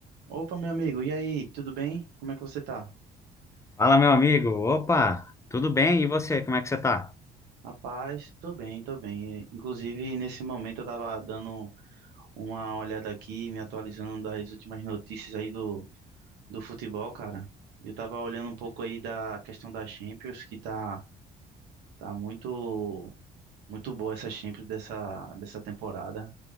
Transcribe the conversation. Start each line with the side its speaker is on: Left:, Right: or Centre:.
Right: Opa, meu amigo, e aí, tudo bem? Como é que você tá?
Left: Fala, meu amigo. Opa, tudo bem? E você, como é que você tá?
Right: Rapaz, tô bem, tô bem. Inclusive, nesse momento eu tava dando uma olhada aqui, me atualizando das últimas notícias aí do, do futebol, cara. Eu tava olhando um pouco aí da questão da Champions, que tá, tá muito, muito boa essa Champions dessa, dessa temporada.